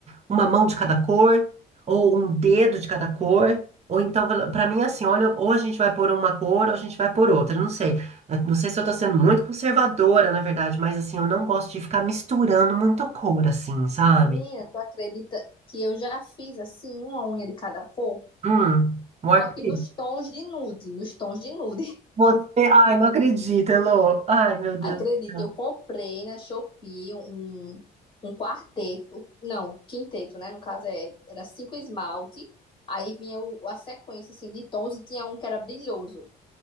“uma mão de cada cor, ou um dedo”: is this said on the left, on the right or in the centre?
Right